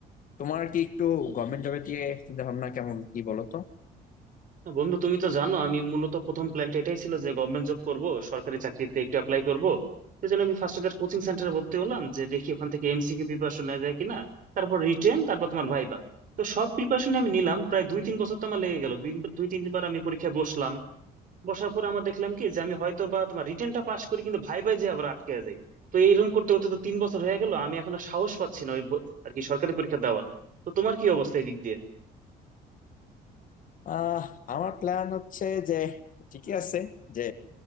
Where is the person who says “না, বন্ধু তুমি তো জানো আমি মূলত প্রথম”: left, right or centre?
Right